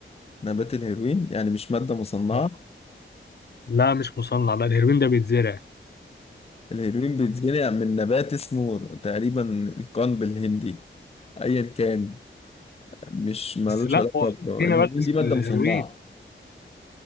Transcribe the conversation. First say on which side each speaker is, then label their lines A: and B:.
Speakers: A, on the left; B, on the left.
A: نبات الهيروين يعني مش مادة مصنعة
B: آه. لا مش مصنع لا الهيروين ده بيتزرع
A: الهيروين بيتزرع من نبات اسمه تقريبا القنب الهندي ايا كان مش مالوش
B: بس لا
A: علاقة
B: هو في
A: ب-
B: في
A: الهيلين
B: نبات اسمه
A: دي مادة
B: الهيروين
A: مصنعة